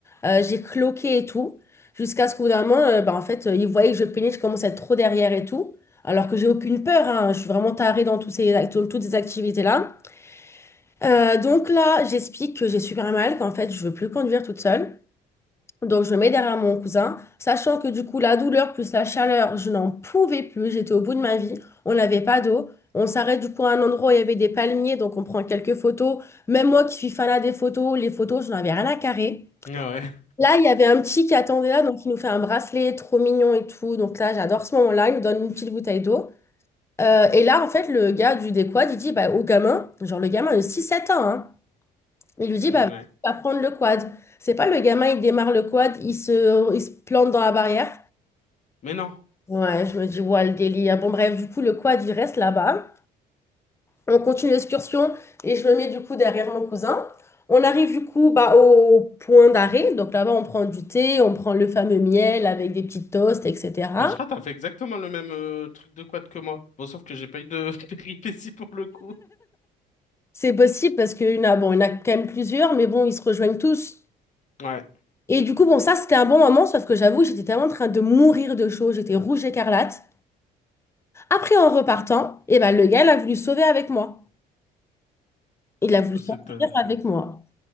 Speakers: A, on the left; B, on the left.
A: Euh, j'ai cloqué et tout, jusqu'à ce qu'au bout d'un moment, euh, bah, en fait, euh, ils voyaient que je peinais, je commençais à être trop derrière et tout, alors que j'ai aucune peur, hein. Je suis vraiment tarée dans tous ces, act- toutes ces activités-là. Euh, donc là, j'explique que j'ai super mal, qu'en fait, je veux plus conduire toute seule. Donc, je me mets derrière mon cousin, sachant que du coup, la douleur plus la chaleur, je n'en pouvais plus. J'étais au bout de ma vie. On n'avait pas d'eau. On s'arrête du coup à un endroit où il y avait des palmiers, donc on prend quelques photos. Même moi qui suis fanat des photos, les photos, je n'en avais rien à carrer.
B: Ah ouais.
A: Là, il y avait un petit qui attendait là, donc il nous fait un bracelet trop mignon et tout. Donc là, j'adore ce moment-là. Il nous donne une petite bouteille d'eau. Euh, et là, en fait, le gars du décoad, il dit bah, au gamin, genre le gamin de six sept ans, hein, il lui dit,
B: Ouais.
A: bah, vas prendre le quad. C'est pas le gamin, il démarre le quad, il se, il se plante dans la barrière.
B: Mais non.
A: Ouais, je me dis, ouais, le délire. Bon, bref, du coup, le quad, il reste là-bas. On continue l'excursion et je me mets du coup derrière mon cousin. On arrive du coup bah, au point d'arrêt. Donc là-bas, on prend du thé, on prend le fameux miel avec des petites toasts, etc.
B: Mais Shrat a fait exactement le même euh, truc de quad que moi. Bon, sauf que j'ai pas eu de <laughs> péripéties pour le coup.
A: C'est possible parce qu'il y en a, bon, il y en a quand même plusieurs, mais bon, ils se rejoignent tous.
B: Ouais,
A: Et du coup, bon, ça, c'était un bon moment, sauf que j'avoue, j'étais tellement en train de mourir de chaud, j'étais rouge écarlate. Après, en repartant, eh ben, le gars, il a voulu se sauver avec moi. Il a voulu sortir
B: c'est... euh,
A: avec moi.